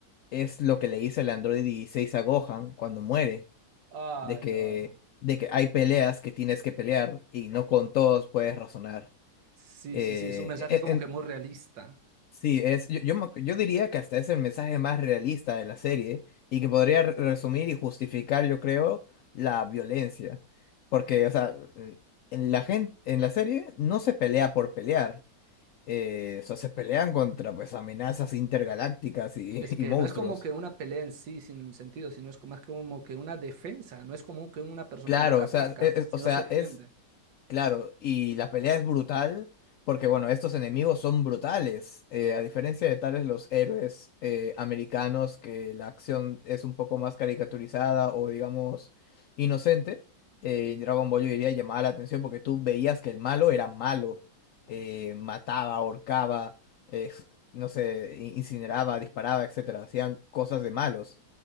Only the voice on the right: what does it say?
Ay,
no.
Sí,
sí, sí, es un mensaje
como que
muy realista.
Es
que
no es como que una pelea en sí sin sentido, sino es como, más como que una defensa. No es como que una persona
loca
ataca,
si
no se defiende.